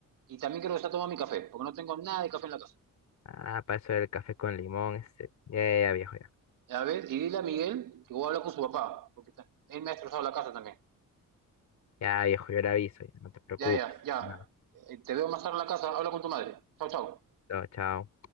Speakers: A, on the right (about 75°); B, on the left (about 55°).
A: Y también quiero que tomando mi café, porque no tengo nada de café en la casa.
B: Ah, paso el café con limón, este. Ya, ya, ya, viejo, ya.
A: A ver, y dile a Miguel que voy a hablar con su papá, porque él me ha destrozado la casa también.
B: Ya, viejo, yo le aviso, ya, no te preocupes.
A: Ya, ya, ya.
B: No,
A: Eh, te veo más tarde en la casa, habla con tu madre. Chao, chao.
B: chao, chao.